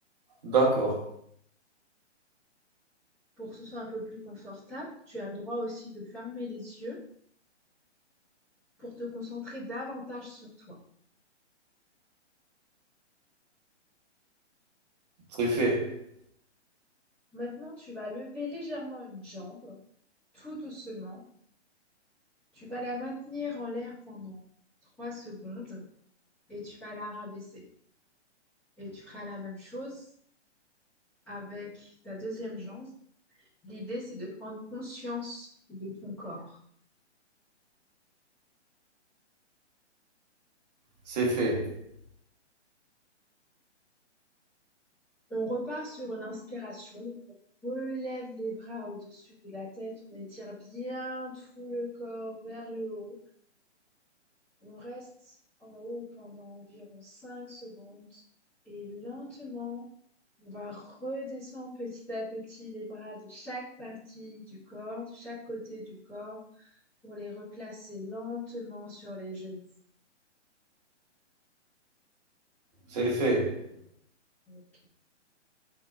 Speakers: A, on the right; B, in the centre.
A: d'accord.
B: Pour que ce soit un peu plus confortable, tu as le droit aussi de fermer les yeux pour te concentrer davantage sur toi.
A: C'est fait.
B: Maintenant, tu vas lever légèrement une jambe, tout doucement. Tu vas la maintenir en l'air pendant 3 secondes et tu vas la rabaisser. Et tu feras la même chose avec ta deuxième jambe. L'idée, c'est de prendre conscience de ton corps.
A: C'est fait.
B: On repart sur une inspiration. On relève les bras au-dessus de la tête. On étire bien tout le corps vers le haut. On reste en haut pendant environ 5 secondes. Et lentement, on va redescendre petit à petit les bras de chaque partie du corps, de chaque côté du corps, pour les replacer lentement sur les genoux.
A: C'est fait.
B: On